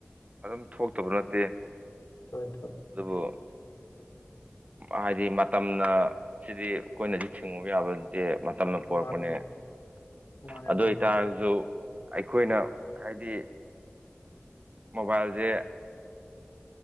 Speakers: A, on the right (about 30°); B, on the left (about 65°).
A: ꯑꯗꯨꯝ ꯊꯣꯛꯇꯕ ꯅꯠꯇꯦ
B: ꯊꯣꯏ ꯊꯣꯏ
A: ꯑꯗꯨꯕꯨ ꯍꯥꯏꯗꯤ ꯃꯇꯝꯅ ꯁꯤꯗꯤ ꯑꯩꯈꯣꯏꯅꯁꯨ ꯊꯤꯡꯉꯨꯕ ꯌꯥꯕ ꯇꯤ ꯃꯇꯝꯅ ꯄꯨꯔꯛꯄꯅꯦ
B: ꯃꯥꯅꯤ ꯃꯥꯅꯤ
A: ꯑꯗꯨ
B: ꯃꯥꯅꯤ
A: ꯑꯣꯏꯇꯥꯔꯒꯁꯨ ꯑꯩꯈꯣꯏꯅ ꯍꯥꯏꯗꯤ ꯃꯣꯕꯥꯏꯜꯖꯦ